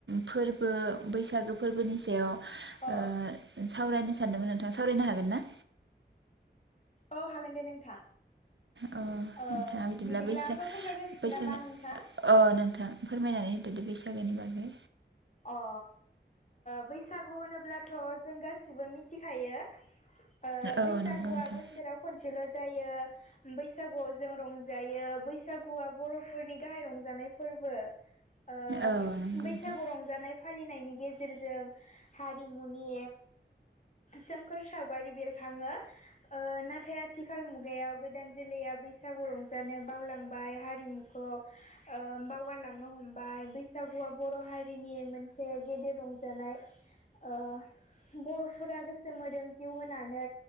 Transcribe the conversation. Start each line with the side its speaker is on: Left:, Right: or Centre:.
Right: फोरबो बैसागो फोरबोनि सायाव ओ
Left: औ
Right: सावरायनो सानदोंमोन नोंथां सावरायनो हागोन ना?
Left: औ हागोन दे नोंथां
Right: अ नोंथाङा
Left: ओ
Right: बिदिब्ला बैसा-बैसागो
Left: होमबा फोरमायग्रोनोसै नामा आं नोंथां?
Right: अ नोंथां फोरमायनानै होदोदे बैसागोनि बागै
Left: अ ओ बैसागु होनोब्लाथ' जों गासिबो मिथिखायो ओ
Right: औ
Left: बैसागुआ
Right: नंगौ नोंथां
Left: बोसोराव खनसेल' जायो बैसागुआव जों रंजायो बैसागुआ बर'फोरनि गाहाय रंजानाय फोरबो ओ
Right: औ नंगौ
Left: बैसागु
Right: नोंथां
Left: रं जानाय फालिनायनि गेजेरजों हारिमुनि सोमखोर सावगारि बेरखाङो नाथाय आथिखाल मुगायाव गोदान जोलैया बैसागु रंजानो बावलांबाय हारिमु खौ ओ बावगारलांनो हमबाय बैसागुआ बर' हारि रिनि मोनसे गेदेर रंजानाय ओ बर'फोरा गोसो मोदोम जिउ होनानै